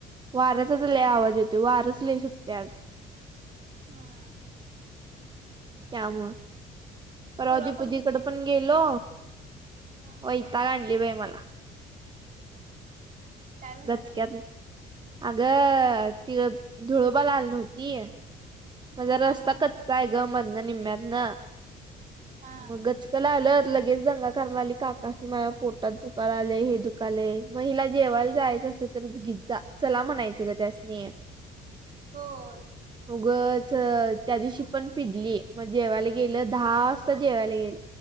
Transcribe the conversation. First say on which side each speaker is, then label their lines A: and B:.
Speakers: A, on the right (about 25°); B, on the right (about 50°).
A: वाऱ्याचाच लय आवाज येतोय. वारच लय सुटतय.
B: हा
A: त्यामुळं परवा
B: पूर्वा
A: दीपूदीकडे
B: फोन केलती काय?
A: पण गेलो.
B: हा
A: वैताग आणली बाई मला.
B: काय म्हणालती?
A: गचक्यात अगं ती धुळोबा ला आली नव्हती. माझा
B: हा
A: रस्ता
B: हा
A: कच्चा
B: हा
A: आहे ग मधन निम्म्यातन.
B: हा
A: मग गचक आलत लगेच दंगा कर कराय लागली काकासनी. माझ्या पोटात दुखायलय. हे दुखालय. हिला जेवायला जायच असेल तरच घि जा. चला म्हणायचं ग त्यासनी.
B: होय
A: उगच त्या दिवशी पण पिडली मग जेवायला गेलं दहास जेवायला येईल